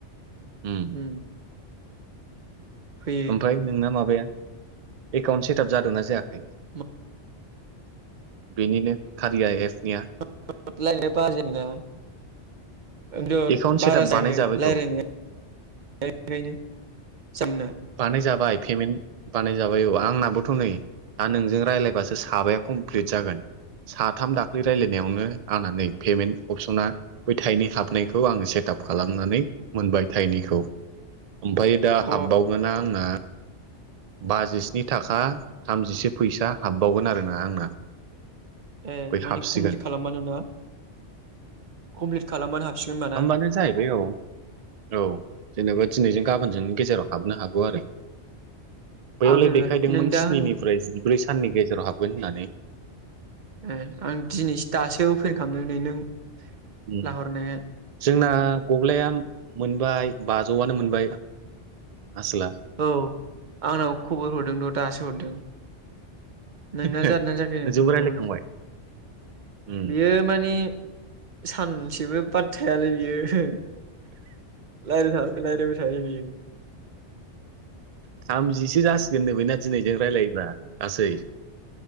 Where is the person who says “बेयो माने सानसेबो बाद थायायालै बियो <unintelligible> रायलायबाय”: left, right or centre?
Right